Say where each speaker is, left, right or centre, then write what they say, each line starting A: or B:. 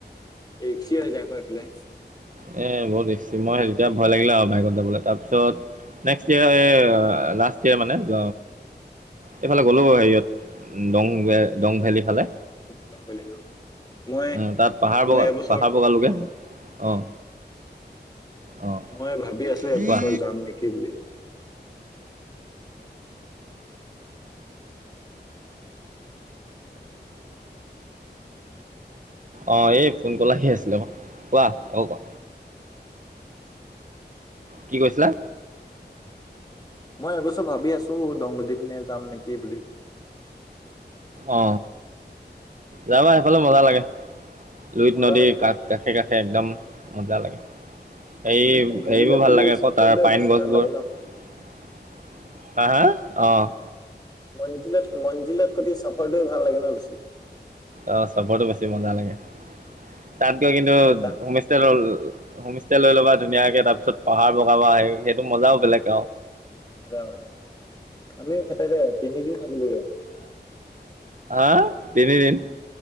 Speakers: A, on the left (about 20°); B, on the right (about 45°).
A: একশি হাজাৰ কৰি প্লে
B: উম, নিশ্চি মই তেতিয়া ভয় লাগিলে আৰু বাইকত যাবলৈ তাৰপিছত নেক্সট ইয়েৰ লাষ্ট ইয়েৰ মানে য এইফালে গ'লো হেৰিয়ত দং - দং ভেলী ফালে।
A: জাম বুলি ল ন <unintelligible> মই-মই
B: উম, তাত পাহাৰ বগা
A: এবছৰ
B: পাহাৰ বগালোগে
A: অ',
B: অঁ
A: অ', অ',
B: অঁ
A: মই ভাবি আছো এবছৰ
B: কোৱা
A: যাম নেকি বুলি?
B: অ, এই ফোন কলাহে আছিলে অ, কোৱা আকৌ কোৱা? কি কৈছিলা?
A: মই এবছৰ ভাবি আছো দংগি পিনে যাম নেকি বুলি?
B: অ, যাবা সেইফালে মজা লাগে। লুইত
A: মজা
B: নদীৰ
A: লাগে ন
B: কাষ কাষে - কাষে একদম মজা লাগে। এই
A: মানে মঞ্জিলত
B: হেৰিবোৰ ভাল
A: কবি
B: লাগে আক
A: চাফৰটোৱে
B: তাৰ পাইন
A: বেছি
B: গছবোৰ
A: ভাল লাগে
B: আহ,
A: ন।
B: হা আহ,
A: মঞ্জিলত ম্জিলত কতি চাফৰটোৱে ভাল লাগে ন বেছি।
B: অ, চবো বেছি মজা লাগে তাত গৈ কিন্তু
A: মানে তাত
B: হোমষ্ট হোম ষ্টে লৈ ল'বা ধুনীয়াকে তাৰ পিছত পাহাৰ বগাব আহে সেইটো মজাও বেলেগ আৰু।
A: মজা ম আমি স তিনিদিন থাকিলো।
B: আহ, তিনিদিন?